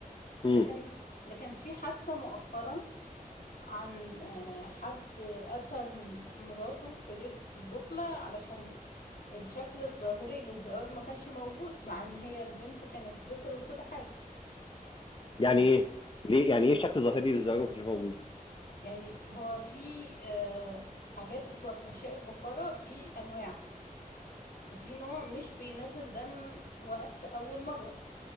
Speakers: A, on the left; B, on the left.
A: امم
B: ده كان ده كانت في حادثة مؤخرا عن آه، حد قتل مراته في ليلة الدخلة علشان الشكل الظاهري للزواج ما كانش موجود مع ان هي البنت كانت بكر وكل حاجة
A: يعني
B: ف
A: ايه ليه يعني ايه شكل ظاهري للزواج ما كانش موجود
B: يعني هو في آه، حاجات بتبقى في غشاء البقرة في انواع ففي نوع مش بينزل دم وقت اول مرة